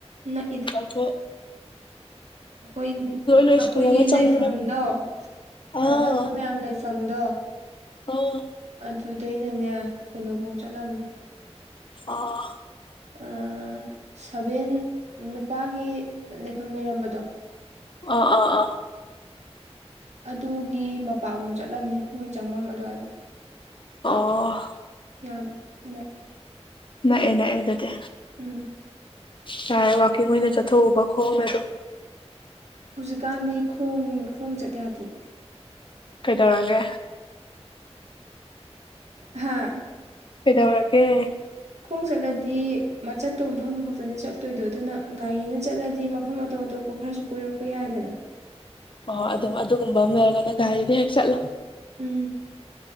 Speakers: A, on the right (about 85°); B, on the left (about 50°).
A: ꯅꯛꯏ
B: ꯄꯨꯊꯣꯛ
A: ꯑꯩꯈꯣꯏ
B: ꯂꯣꯏꯁꯤꯜꯂꯒ
A: ꯑꯩꯈꯣꯏꯒꯤ
B: ꯆꯪꯕꯗ
A: ꯂꯩꯐꯝꯗꯣ
B: ꯑꯥ
A: ꯑꯥꯗ ꯑꯩꯈꯣꯏ ꯃꯌꯥꯝ ꯂꯩꯐꯝꯗꯣ
B: ꯑꯥ
A: ꯑꯗꯨꯗꯩꯅꯅꯦ ꯀꯩꯅꯣꯕꯣꯡ ꯆꯠꯂꯝꯅꯤ
B: ꯑꯥ
A: ꯑꯥ ꯁꯚꯦꯟ ꯅꯨꯄꯥꯒꯤ ꯂꯩꯐꯝ ꯂꯩꯔꯝꯕꯗꯣ
B: ꯑꯥ ꯑꯥ ꯑꯥ
A: ꯑꯗꯨꯒꯤ ꯃꯄꯥꯚꯨꯡ ꯆꯠꯂꯝꯅꯤ ꯃꯣꯏ ꯆꯪꯚꯝ ꯑꯗꯨꯋꯥꯏꯕꯨ
B: ꯑꯣ
A: ꯌꯥꯝ ꯅꯛꯑꯦ
B: ꯅꯛꯑꯦ ꯅꯛꯑꯦ ꯑꯗꯨꯗꯤ
A: ꯎꯝ
B: ꯌꯥꯔꯦ ꯋꯥꯀꯤꯡ ꯑꯣꯏꯅ ꯆꯠꯊꯣꯛꯎꯕ ꯈꯣꯡꯅ ꯑꯗꯨꯝ
A: ꯍꯧꯖꯤꯛꯀꯥꯟꯗꯤ ꯈꯣꯡ ꯈꯣꯡꯆꯠ ꯌꯥꯗꯦ
B: ꯀꯩꯗꯧꯔꯒꯦ
A: ꯍꯥꯥ
B: ꯀꯩꯗꯧꯔꯒꯦ
A: ꯈꯣꯡ ꯆꯠꯂꯗꯤ ꯃꯆꯠꯇꯧ ꯃꯐꯝꯗꯨ ꯈꯛꯇꯅꯦ ꯆꯠꯇꯣꯏꯗꯣ ꯑꯗꯨꯅ ꯒꯥꯔꯤꯅ ꯆꯠꯂꯗꯤ ꯃꯐꯝ ꯑꯇꯣꯞ ꯑꯇꯣꯞꯄ ꯈꯔꯁꯨ ꯀꯣꯏꯔꯛꯄ ꯌꯥꯏꯗꯅ
B: ꯑꯣ ꯑꯗꯨꯝ ꯑꯗꯨꯒꯨꯝꯕ ꯑꯃ ꯂꯩꯔꯒꯅ ꯒꯥꯔꯤꯗ ꯍꯦꯛ ꯆꯠꯂꯣ
A: ꯎꯝ